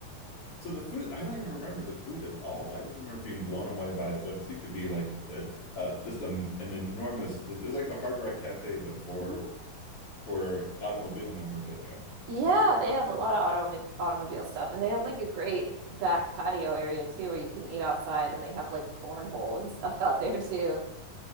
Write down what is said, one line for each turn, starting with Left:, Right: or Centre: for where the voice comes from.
Left: So the food, I don't even remember the food at all. I just remember being blown away by what seemed to be like a, uh, just a, an enormous, it was like the Hard Rock Cafe, but for
Right: Mhm.
Left: for automobile memorabilia.
Right: Yeah, they have a lot of autom automobile stuff and they have like a great back patio area too where you can eat outside and they have like cornhole and <laughs> stuff out there too.